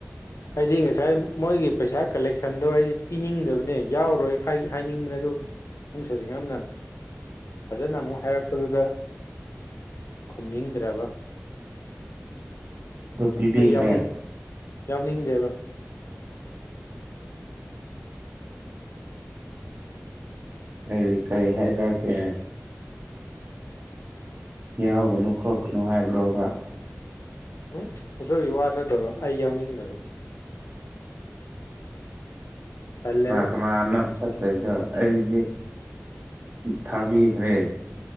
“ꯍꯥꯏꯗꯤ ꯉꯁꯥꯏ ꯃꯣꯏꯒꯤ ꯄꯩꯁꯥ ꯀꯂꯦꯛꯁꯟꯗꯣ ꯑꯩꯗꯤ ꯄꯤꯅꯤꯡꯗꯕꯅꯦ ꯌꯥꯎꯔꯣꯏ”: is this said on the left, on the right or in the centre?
Left